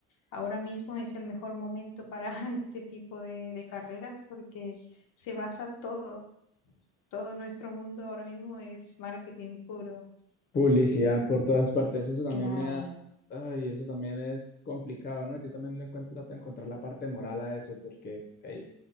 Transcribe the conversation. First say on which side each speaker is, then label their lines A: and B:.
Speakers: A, on the left; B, on the left.
A: ahora mismo es el mejor momento para <laughs> este tipo de, de carreras porque se basa todo, todo nuestro mundo ahora mismo es marketing puro.
B: Publicidad
A: Y
B: por todas partes. Eso también
A: claro,
B: me da, ay, eso también es complicado, ¿no? Yo también le encuentro, trato de encontrar la parte moral a eso, porque, hey,